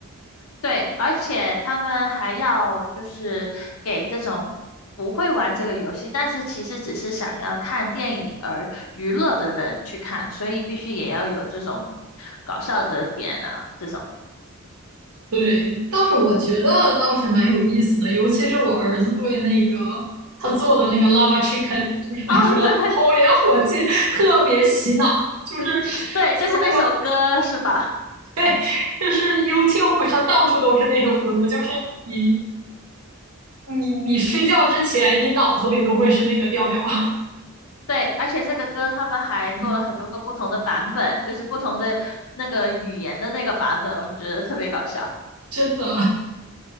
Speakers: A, on the left; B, on the right.
A: 对，而且他们还要就是给这种不会玩这个游戏，但是其实只是想要看电影而娱乐的人去看，所以必须也要有这种搞笑的点啊，这种。
B: 对，倒是我觉得倒是蛮有意思的，尤其是我儿子对那个他做的那个 lava chicken，就是那个
A: 哦，对 <laughs>
B: <laughs> 红莲火鸡，特别洗脑，就是
A: 对，就是那首歌是吧？
B: 所有。对，就是 YouTube 上到处都是那首歌，就是你你你睡觉之前，你脑子里都会是那个调调。<laughs>
A: 对，而且这个歌他们还做了很多个不同的版本，
B: 嗯
A: 就是不同的那个语言的那个版本，我觉得特别搞笑。
B: 真的。